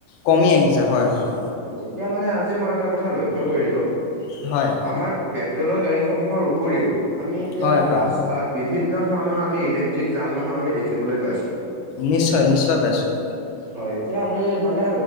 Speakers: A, on the left (about 85°); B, on the right (about 80°).
A: কমি আহিছে হয় হয়
B: অ' এতিয়া মানে আজি মই এটা কথা লক্ষ্য কৰিলোঁ।
A: হয়।
B: আমাৰ পেট্ৰলৰ গাড়ীসমূহৰ উপৰিও আমি এতিয়া
A: হয় হয়
B: ৰাস্তাত বিভিন্ন ধৰণৰ আমি ইলেক্ট্ৰিক যান বাহন আমি দেখিবলৈ পাইছোঁ। <unintelligible>
A: নিশ্চয়, নিশ্চয় পাইছোঁ।
B: হয়, এতিয়া আমি মানে